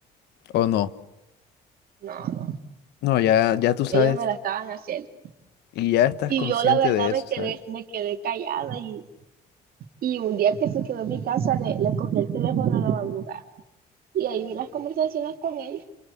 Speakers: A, on the left; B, on the right.
A: O no,
B: no, no,
A: no, ya, ya tú sabes
B: ellos me la estaban haciendo.
A: y ya estás
B: Y
A: consciente
B: yo la verdad
A: de eso,
B: me quedé,
A: ¿sabes?
B: me quedé callada y Y un día que se quedó en mi casa, le, le cogí el teléfono a la madrugada. Y ahí vi las conversaciones con ella.